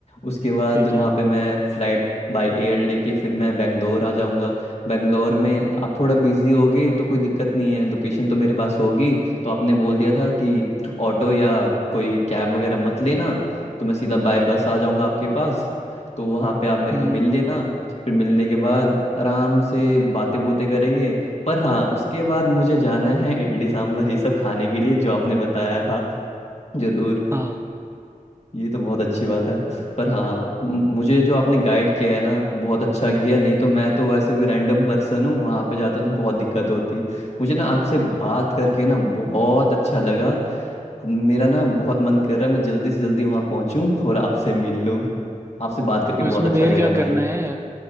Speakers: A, on the left; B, on the right.
A: उसके बाद
B: ठीक
A: वहाँ
B: है
A: पे मैं फ्लाइट बाय एयर लेके फिर मैं बेंगलोर आ जाऊँगा बेंगलोर में
B: हम्म
A: आप थोड़ा बिजी होगे तो कोई दिक्कत नहीं है लोकेशन तो मेरे पास होगी तो आपने बोल दिया था कि ऑटो या कोई कैब वगैरह मत लेना तो मैं सीधा बाय बस आ जाऊँगा आपके पास तो वहाँ पे आप मेरे
B: हम्म
A: को मिल लेना फिर मिलने के बाद आराम से बातें बूतें करेंगे पर हाँ उसके बाद मुझे जाना है इडली सांभर ये सब खाने के लिए जो आपने बताया था जरूर
B: हाँ
A: ये तो बहुत अच्छी बात है पर हाँ म- मुझे जो आपने गाइड किया है ना बहुत अच्छा किया नहीं तो मैं तो वैसे भी रैंडम पर्सन हूँ वहाँ पे जाता तो बहुत दिक्कत होती मुझे ना आपसे बात करके ना बहुत अच्छा लगा अब मेरा ना बहुत मन कर रहा है मैं जल्दी से जल्दी वहाँ पहुँचूँ और आपसे मिल लूँ आपसे बात करके
B: तो
A: बहुत
B: इसमें
A: अच्छा
B: देर
A: लगा
B: क्या
A: भाई
B: करना है